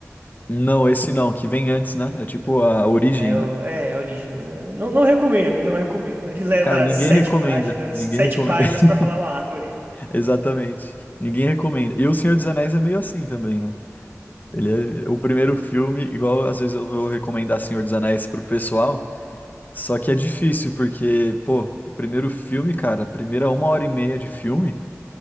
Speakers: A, on the left; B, on the right.
A: Não, esse não, que vem antes, né? É tipo a origem,
B: É,
A: né?
B: o- é é a origem. Não, não recomendo, não recomendo. Ele leva
A: Cara, ninguém
B: sete
A: recomenda.
B: páginas,
A: Ninguém
B: sete
A: recomenda.
B: páginas
A: <laughs>
B: pra falar uma árvore.
A: Exatamente. Ninguém recomenda. E O Senhor dos Anéis é meio assim também, né? Ele é o primeiro filme, igual às vezes eu vou recomendar Senhor dos Anéis pro pessoal. Só que é difícil, porque, pô, o primeiro filme, cara, a primeira uma hora e meia de filme,